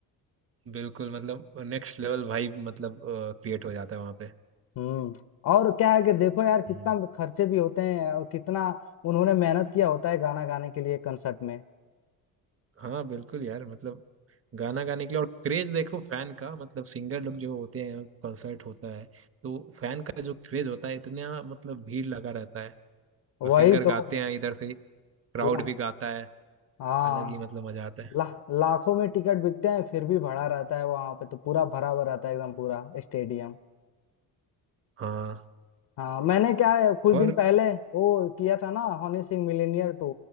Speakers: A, on the right; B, on the left.
A: बिल्कुल मतलब नेक्स्ट लेवल भाई मतलब क्रिएट हो जाता है वहाँ पे
B: हम्म और क्या है कि देखो यार कितना
A: हम्म
B: खर्चे भी होते हैं और कितना उन्होंने मेहनत किया होता है गाना गाने के लिए कंसर्ट में
A: हाँ बिल्कुल यार मतलब गाना गाने के लिए और क्रेज देखो फैन का मतलब सिंगर लोग जो होते हैं कॉन्सर्ट होता है तो फैन का जो क्रेज होता है इतना मतलब भीड़ लगा रहता है
B: वही
A: और सिंगर गाते
B: तो
A: हैं इधर से क्राउड
B: ला,
A: भी गाता है
B: हाँ
A: अलग ही मतलब मजा आता है
B: ला, लाखों में टिकट बिकते हैं फिर भी भरा रहता है वहां पे तो पूरा भरा हुआ रहता है एकदम पूरा स्टेडियम
A: हाँ
B: हाँ मैंने क्या है कुछ
A: और
B: दिन पहले वो किया था ना हनी सिंह मिलीनियर टू